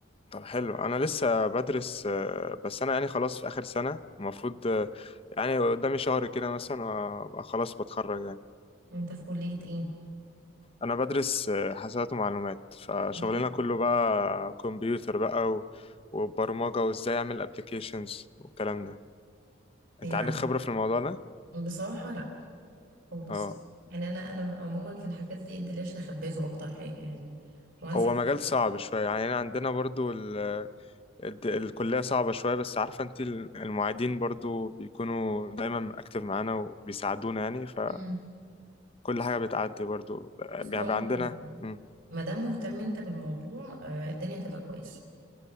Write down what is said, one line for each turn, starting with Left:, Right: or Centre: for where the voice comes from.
Left: طب حلو انا لسه بدرس آه، بس انا يعني خلاص في اخر سنه المفروض آه، يعني قدامي شهر كده مثلا وابقى خلاص بتخرج يعني
Right: انت في كلية ايه؟
Left: انا بدرس آه، حاسبات ومعلومات فشغلنا
Right: مم.
Left: كله بقى كمبيوتر بقى و- وبرمجه وازاي اعمل ابلكيشنز والكلام ده
Right: يعني
Left: انت عندك خبره في الموضوع ده
Right: بصراحة لأ خالص
Left: اه
Right: يعني انا انا عموما في الحاجات دي الدلاش لخبازه اكتر حاجة يعني وانصح
Left: هو مجال صعب شويه يعني أنا عندنا برضو الد- الكلية صعبة شوية بس عارفة انت ال- المعيدين برضو بيكونوا دايما اكتف معانا وبيساعدونا يعني فكل
Right: مم.
Left: حاجة بتعدي برضو
Right: بص
Left: يعني
Right: هقولك
Left: بقى عندنا مم.
Right: ما دام مهتم انت بالموضوع آه، الدنيا هتبقى كويسة